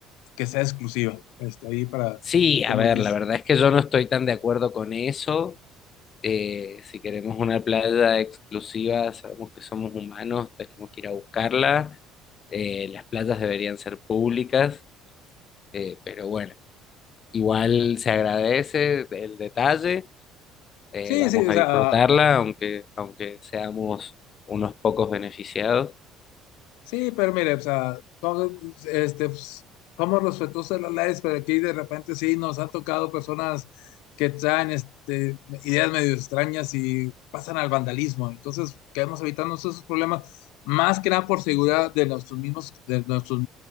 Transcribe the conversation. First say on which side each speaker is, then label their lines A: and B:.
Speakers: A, on the left (about 90°); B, on the left (about 40°).
A: que sea exclusiva, este, ahí para,
B: Sí,
A: como
B: a ver,
A: dice.
B: la verdad es que yo no estoy tan de acuerdo con eso. Eh, si queremos una playa exclusiva, sabemos que somos humanos, tenemos que ir a buscarla. Eh, las playas deberían ser públicas, eh, pero bueno, igual se agradece el detalle. eh,
A: Sí,
B: vamos
A: sí, o
B: a
A: sea,
B: disfrutarla, aunque, aunque seamos unos pocos beneficiados.
A: Sí, pero mire, o sea, como- este, pues, somos respetuosos de las leyes, pero aquí de repente sí nos han tocado personas que traen este, ideas medio extrañas y pasan al vandalismo. Entonces, queremos evitarnos esos problemas, más que nada por seguridad de nuestros mismos, de nuestros